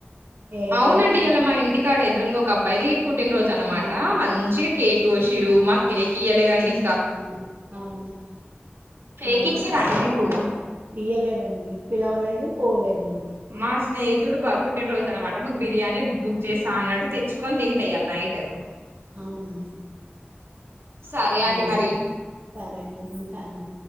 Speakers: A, on the right; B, on the right.
A: ఏం
B: అవునండి
A: లేదండి
B: ఇలా మా ఇంటికాడ ఎదురుంగ ఒక అబ్బయిది పుట్టినరోజు అనమాట
A: ఆ
B: మంచిగా కేకుకొశిరు మాకు కేక్ ఇయ్యలేదండి
A: అ అవును
B: కేకి
A: ఆ
B: ఇచ్చి రామీ తూ
A: ఇయ్యలేదండి పిలవలేదు పోవలేదండి
B: మా స్నేహితుడు బ పుట్టినరోజు అనమాట మాకు బిర్యానీ బుక్ చేస్తా అన్నాడు తెచ్చుకొని తింటాయ్యాలి నైట్
A: అవున్
B: సరే అండి
A: ఆ
B: మరి
A: సరే అండి ఉంటాను